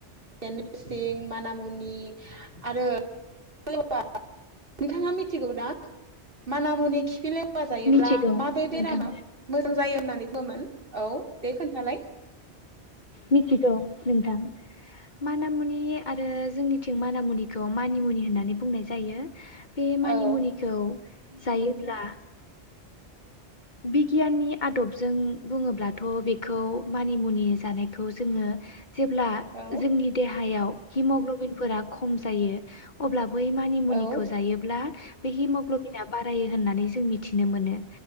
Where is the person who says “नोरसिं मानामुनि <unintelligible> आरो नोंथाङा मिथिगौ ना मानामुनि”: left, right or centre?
Right